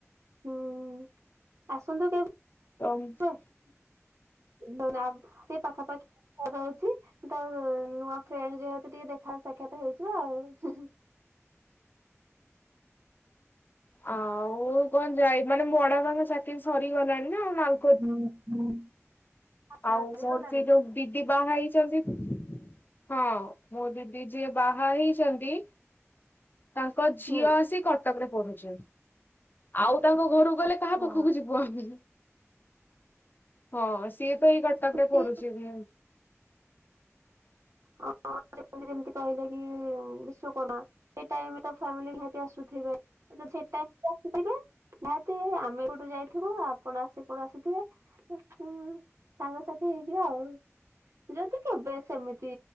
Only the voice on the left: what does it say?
ତ
ଆଉ କଣ ଯାଇ ମାନେ ମୋ ବଡ଼ ବାପାଙ୍କ ଚାକିରି ସରିଗଲାଣି ନା ନାଲ
ଆଉ
ମୋର ସେ ଯୋଉ ଦିଦି ବାହା ହେଇଚନ୍ତି ହଁ ମୋ ଦିଦି ଯିଏ ବାହା ହେଇଚନ୍ତି ତାଙ୍କ ଝିଅ
ଆସି କଟକ ରେ ପଢୁଚି। ଆଉ ତାଙ୍କ ଘରୁକୁ ଗଲେ
କାହା ପାଖକୁ ଯିବୁ ଆମେ। ହଁ ସିଏ ତ ଏଇ କଟକରେ
ପଢ଼ୁଛି ବି ହଁ
ହ